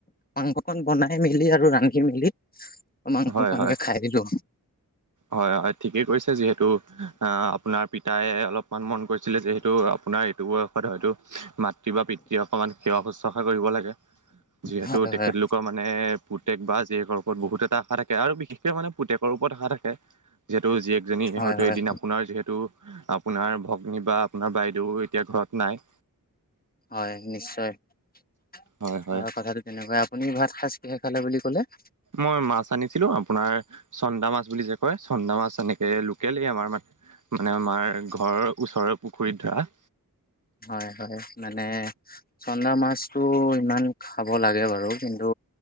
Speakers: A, on the left (about 25°); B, on the right (about 55°).
A: মাংসখন বনাই মেলি আৰু ৰান্ধি মেলি মাংস
B: হয়
A: কনকে
B: হয়
A: খাই দিলো।
B: হয় হয় ঠিকেই কৈছে। যিহেতু আহ আপোনাৰ পিতাই অলপমান মন কৰিছিলে যে এইটো আপোনাৰ এইটো বয়সত হয়তো মাতৃ বা পিতৃ সকল সেৱা শুশ্ৰূষা কৰিব লাগে। যিহেতু
A: হয়
B: তেখেতলোকৰ
A: হয়
B: মানে পুতেক বা জীয়েকৰ ওপৰত বহুত এটা আশা থাকে আৰু বিশেষক মানে পুতেকৰ ওপৰত আশা থাকে। যিহেতু জীয়েকজনী
A: হয়
B: হয়তো
A: হয়
B: এদিন আপোনাৰ যিহেতু আপোনাৰ ভগ্নী বা আপোনাৰ বাইদেউ এতিয়া ঘৰত নাই।
A: হয় নিশ্চয় আৰু
B: হয় হয়
A: কথাটো তেনেকুৱা আপুনি ভাত সাজ কিহে খালে বুলি ক'লে?
B: মই মাছ আনিছিলো আপোনাৰ চন্দা মাছ বুলি যে কয় চন্দা মাছ। তেনেকে লোকলেই আমাৰ মানে আমাৰ ঘৰৰ ওচৰৰ পুখুৰীত ধৰা
A: হয় হয় মানে চন্দা মাছতটো ইমান খাব লাগে বাৰু কিন্তু